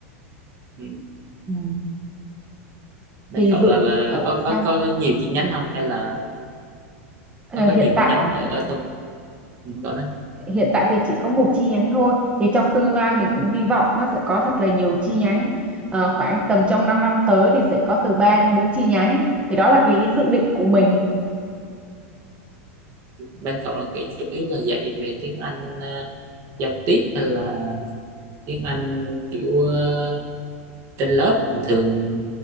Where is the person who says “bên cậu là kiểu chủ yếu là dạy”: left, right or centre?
Right